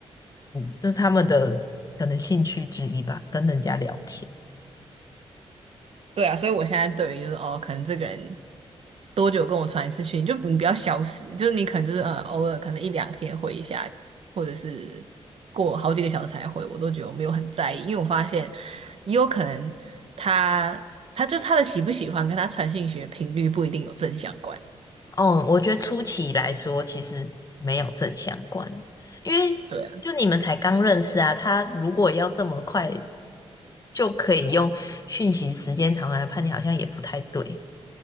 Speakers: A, on the left (about 35°); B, on the right (about 65°).
A: 嗯，这是他们的可能兴趣之一吧，跟人家聊天。
B: 对啊，所以我现在对于就是哦，可能这个人多久跟我传一次讯，就你不要消失，就是你可能就是呃偶尔可能一两天回一下，或者是过好几个小时才回，我都觉得我没有很在意，因为我发现也有可能他他就他的喜不喜欢跟他传讯息的频率不一定有正相关，
A: 哦，我觉得初期来说其实没有正相关，因为就你们才刚认识啊，
B: 对啊，
A: 他如果要这么快就可以用讯息时间长来判定，好像也不太对。